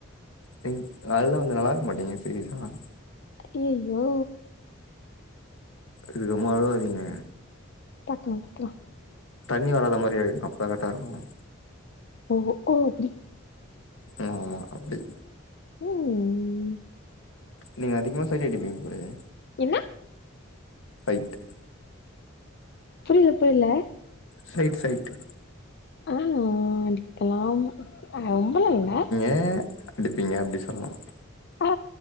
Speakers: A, on the left; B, on the left.
A: திங் அதல்லா வந்து நல்லா இருக்க மாட்டீங்கு சிரீயஸ்ஸா
B: அய்யய்யோ
A: இதுக்கமா அழுவாதிங்க
B: பக்கம் பக்லா
A: தண்ணி வராத மாரி ஆயிக்கு அப்ப கரெக்ட்டா இருக்கும்
B: உன் ஒக்கா எப்டி
A: ஆ ஆமா அப்டி
B: ம்
A: நீங்க அதிகமா சைட் அடிப்பீங்க போலயே
B: என்ன
A: சைட்டு
B: புரியில புரில
A: சைட் சைட்டு
B: ஆ அடிக்கலாம் ரொம்பலா இல்ல
A: ஏன் அடிப்பீங்க அப்டி சொன்ன
B: ஆ